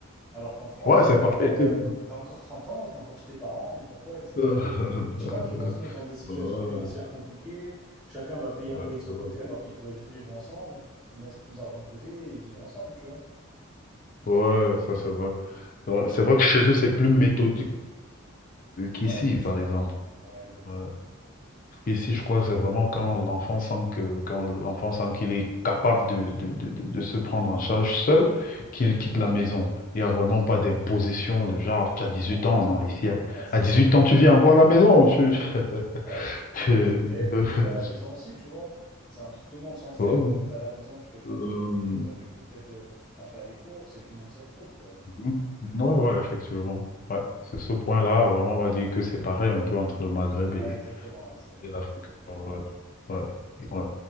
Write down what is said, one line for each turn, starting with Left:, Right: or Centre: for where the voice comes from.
Centre: Alors qu'en France,
Left: Ouais, c'est
Centre: euh,
Left: pareil.
Centre: tu vois, bah,
Left: tu sais.
Centre: t'as encore 30 ans et t'es encore chez tes parents, mais pourquoi, etc.
Left: Euh,
Centre: Et tu vois qu'ils vont se mettre
Left: <laughs>
Centre: dans des situations
Left: Ouais,
Centre: financières compliquées. Chacun va payer
Left: ouais,
Centre: un loyer de son
Left: c'est vrai.
Centre: côté, alors qu'ils pourraient juste vivre ensemble, mettre plus d'argent de côté et vivre ensemble, tu vois.
Left: Ouais, ça c'est vrai. C'est vrai c'est vrai que chez eux, c'est plus méthodique qu'ici,
Centre: Ouais, c'est
Left: par
Centre: ça.
Left: exemple.
Centre: Ouais, exactement.
Left: Ouais. Parce qu'ici, je crois, c'est vraiment quand l'enfant sent que, quand l'enfant sent qu'il est capable de, de, de, de- de se prendre en charge seul, qu'il quitte la maison. Il n'y a vraiment pas d'imposition de genre, tu
Centre: Exactement.
Left: as dix huit ans. Non, ici, à,
Centre: Ouais, c'est
Left: à huit
Centre: ça.
Left: ans, tu viens encore à la maison. Tu...
Centre: Bah oui, tu
Left: <laughs>
Centre: profites
Left: tu-
Centre: et t'aides,
Left: <laughs>
Centre: et t'aides à la maison aussi, tu vois. C'est un- tout le monde s'entraide,
Left: Ouais.
Centre: quoi. T'as la maison, tu payes pas
Left: Euh,
Centre: le loyer, et toi, du coup, t'aides euh, à faire les courses et tout le monde s'y retrouve, quoi.
Left: Mm. Ouais, ouais, effectivement. Ouais, c'est ce point-là, vraiment, on va dire que c'est pareil un peu entre le Maghreb
Centre: Ouais,
Left: et,
Centre: exactement, ouais, c'est vrai.
Left: et l'Afrique. Ouais, ouais, ouais.